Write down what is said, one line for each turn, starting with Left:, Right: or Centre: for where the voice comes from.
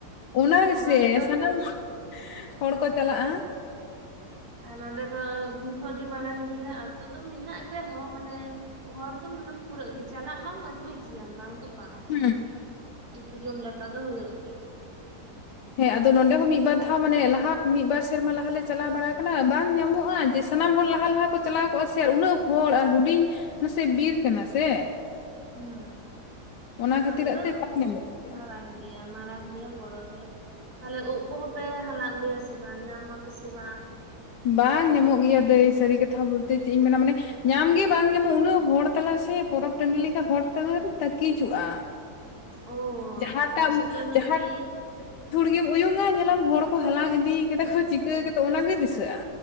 Left: ᱚᱱᱟ ᱜᱮᱥᱮ
Right: ᱟᱨ ᱱᱚᱸᱰᱮ ᱫᱚ
Left: ᱥᱟᱱᱟᱢ ᱦᱚᱲ ᱠᱚ ᱪᱟᱞᱟᱜᱼᱟ
Right: ᱟᱨ ᱱᱚᱰᱮ ᱫᱚ ᱵᱤᱨ ᱦᱚᱸ ᱟᱹᱰᱤ ᱢᱟᱨᱟᱝ ᱜᱮᱭᱟ ᱟᱛᱳ ᱫᱚ ᱢᱮᱱᱟᱜ ᱨᱮᱦᱚᱸ ᱢᱟᱱᱮ ᱦᱚᱲ ᱫᱚ ᱢᱟᱱᱮᱢ ᱯᱩᱨᱟᱹᱜ ᱜᱮ ᱪᱟᱞᱟᱜ ᱢᱟᱢ ᱟᱹᱜᱩᱭ ᱜᱮᱭᱟᱢ ᱵᱟᱝ ᱫᱚ ᱵᱟᱝ,
Left: ᱦᱩᱸ
Right: ᱩᱛᱩ ᱡᱚᱢ ᱫᱟᱠᱟ ᱫᱚ ᱦᱩᱭᱩᱜ ᱜᱮ
Left: ᱦᱮᱸ ᱟᱫᱚ ᱱᱚᱰᱮ ᱦᱚᱸ ᱢᱤᱫ ᱵᱟᱨ ᱫᱷᱟᱣ ᱢᱟᱱᱮ ᱞᱟᱦᱟ ᱢᱤᱫ ᱵᱟᱨ ᱥᱮᱨᱢᱟ ᱞᱟᱦᱟ ᱪᱟᱞᱟᱣ ᱵᱟᱲᱟ ᱟᱠᱟᱱᱟ ᱵᱟᱝ ᱧᱟᱢᱚᱜᱼᱟ ᱡᱮᱥ ᱥᱟᱱᱟᱢ ᱦᱚᱲ ᱞᱟᱦᱟ ᱞᱟᱦᱟ ᱠᱚ ᱪᱟᱞᱟᱣ ᱠᱚᱜᱼᱟ ᱥᱮ ᱟᱨ ᱩᱱᱟᱹᱜ ᱦᱚᱲ ᱟᱨ ᱦᱩᱰᱤᱧ ᱱᱟᱥᱮ ᱵᱤᱨ ᱠᱟᱱᱟ ᱥᱮ,
Right: ᱦᱩᱸ
Left: ᱚᱱᱟ
Right: ᱱᱚᱰᱮ
Left: ᱠᱷᱟᱹᱛᱤᱨᱟᱜ
Right: ᱫᱚ
Left: ᱛᱮ ᱵᱟᱝ ᱧᱟᱢᱚᱜ ᱜᱮᱭᱟ
Right: ᱢᱟᱨᱟᱝ ᱜᱮᱭᱟ ᱢᱟᱨᱟᱝ ᱜᱮᱭᱟ ᱵᱚᱲᱚ ᱜᱮᱭᱟ ᱛᱟᱦᱞᱮ ᱩᱫ ᱠᱚᱦᱚᱸ ᱯᱮ ᱦᱟᱞᱟᱝ ᱟᱹᱜᱩᱭᱟ ᱥᱮ ᱵᱟᱝ ᱧᱟᱢ ᱢᱟᱯᱮᱥᱮ ᱵᱟᱝ
Left: ᱵᱟᱝ ᱧᱟᱢᱚᱜ ᱜᱮᱭᱟ ᱫᱟᱹᱭ ᱥᱟᱹᱨᱤ ᱠᱟᱛᱷᱟ ᱵᱚᱞᱛᱮ ᱪᱮᱫ ᱤᱧ ᱢᱮᱱᱟ ᱢᱟᱱᱮ ᱧᱟᱢᱜᱮ ᱵᱟᱝ ᱧᱟᱢᱚᱜ-ᱟ ᱩᱱᱟᱹᱜ ᱦᱚᱲ ᱛᱟᱞᱟ ᱥᱮ ᱯᱚᱨᱚᱵ ᱴᱟᱺᱰᱤ ᱞᱮᱠᱟ ᱦᱚᱲ ᱛᱟᱫᱚᱢ ᱛᱟᱠᱤᱡᱚᱜ-ᱟ
Right: ᱚ
Left: ᱡᱟᱦᱟᱸ ᱴᱟᱜ
Right: ᱪᱷᱳᱴᱳ
Left: ᱢᱩᱸ
Right: ᱧᱚᱜ
Left: ᱡᱟᱦᱟᱸ
Right: ᱵᱤᱨ
Left: ᱪᱷᱩᱲ ᱜᱮᱢ ᱩᱭᱩᱝᱟ ᱧᱮᱞᱟᱢ ᱦᱚᱲ ᱠᱚ ᱦᱟᱞᱟᱝ ᱤᱫᱤ ᱠᱟᱫᱟ ᱠᱚ ᱪᱤᱠᱟᱹ ᱠᱟᱫᱟ ᱚᱱᱟ ᱜᱮ ᱫᱤᱥᱟᱹᱜ-ᱟ᱾